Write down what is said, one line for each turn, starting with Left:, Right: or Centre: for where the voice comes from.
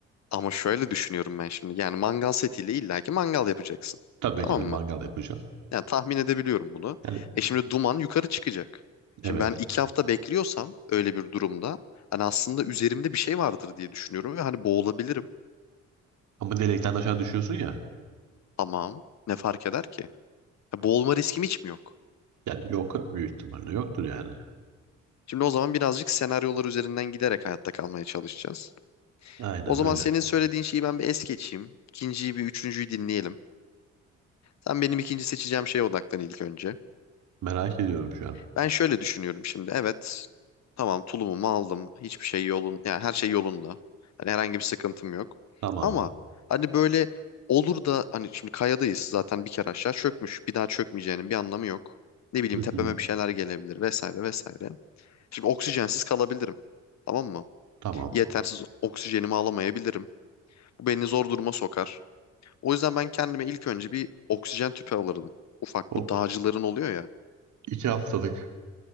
Left: Ama şöyle düşünüyorum ben şimdi. Yani mangal setiyle illaki mangal yapacaksın.
Right: Tabii
Left: Tamam
Right: ki de mangal
Left: mı?
Right: yapacağım.
Left: Yani tahmin edebiliyorum bunu.
Right: Yani
Left: E şimdi duman yukarı çıkacak.
Right: evet.
Left: Şimdi ben iki hafta bekliyorsam öyle bir durumda hani aslında üzerimde bir şey vardır diye düşünüyorum ve hani boğulabilirim.
Right: Ama delikten aşağı düşüyorsun ya.
Left: Tamam. Ne fark eder ki? Ya boğulma riskim hiç mi yok?
Right: Yani yok büyük ihtimalle yoktur yani.
Left: Şimdi o zaman birazcık senaryolar üzerinden giderek hayatta kalmaya çalışacağız.
Right: Aynen
Left: O zaman
Right: öyle.
Left: senin söylediğin şeyi ben bir es geçeyim. İkinciyi bir üçüncüyü dinleyelim. Sen benim ikinci seçeceğim şeye odaklan ilk önce.
Right: Merak ediyorum şu an.
Left: Ben şöyle düşünüyorum şimdi. Evet. Tamam tulumumu aldım. Hiçbir şey yolun yani her şey yolunda. Hani herhangi bir sıkıntım yok.
Right: Tamamdır.
Left: Ama hani böyle olur da hani şimdi kayadayız zaten bir kere aşağı çökmüş. Bir daha çökmeyeceğinin bir anlamı yok. Ne bileyim
Right: Hı
Left: tepeme
Right: hı,
Left: bir şeyler gelebilir vesaire vesaire. Şimdi oksijensiz kalabilirim. Tamam mı?
Right: Tamam.
Left: Yetersiz oksijenimi alamayabilirim. Bu beni zor duruma sokar. O yüzden ben kendime ilk önce bir oksijen tüpü alırdım. Ufak
Right: O
Left: bu dağcıların oluyor ya.
Right: iki haftalık.